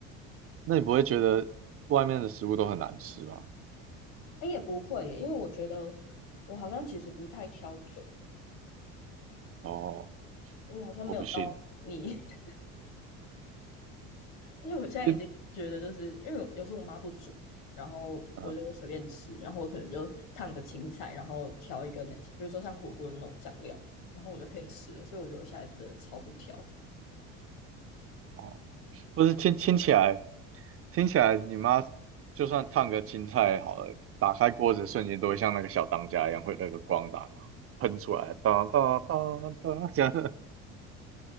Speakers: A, on the right; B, on the left.
A: 那你不会觉得外面的食物都很难吃吗？
B: 哎，也不会耶，因为我觉得我好像其实不太挑嘴，
A: 哦，
B: 我好像没有到你，
A: 我不信，
B: <laughs> 因为我现在已经觉得，
A: 一嗯，
B: 就是因为有有时候我妈不煮，然后我就随便吃，
A: 呃
B: 然后我可能就烫个青菜，然后调一个那，比如说像火锅的那种酱料，然后我就可以吃了。所以我觉得我现在真的超不挑。
A: 哦，不是听听起来，听起来你妈就算烫个青菜好了，打开锅子瞬间都会像那个小当家一样，会那个光打喷出来，当当当当这样。